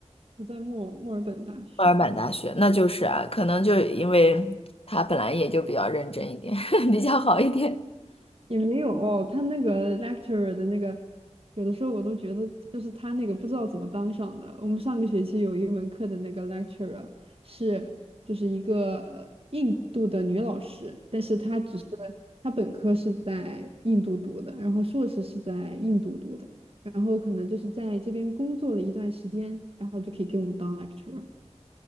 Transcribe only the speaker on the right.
我在墨墨尔本大学，
也没有哦他那个 lecturer 的那个，有的时候我都觉得就是他那个不知道怎么当上的。我们上个学期有一门课的那个 lecturer 是就是一个呃印度的女老师，但是她只是她本科是在印度读的，然后硕士是在印度读的，然后可能就是在这边工作了一段时间，然后就可以给我们当 lecturer。